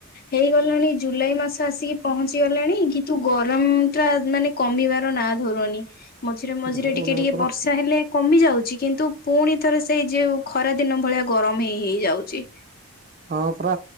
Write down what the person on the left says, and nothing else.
ହେଇଗଲାଣି ଜୁଲାଇ ମାସ ଆସିକି ପହଞ୍ଚି ଗଲେଣି କିନ୍ତୁ ଗରମଟା ମାନେ କମିବାର ନାଁ ଧୁରୁନି ମଝିରେ ମଝିରେ
ଟିକେ
ଟିକେ
ବର୍ଷା ହେଲେ କମି ଯାଉଚି କିନ୍ତୁ ପୁଣି ଥରେ ସେଇ ଯେଉ ଖରା ଦିନ ଭଳିଆ ଗରମ ହେଇ ହେଇ ହେଇଯାଉଚି।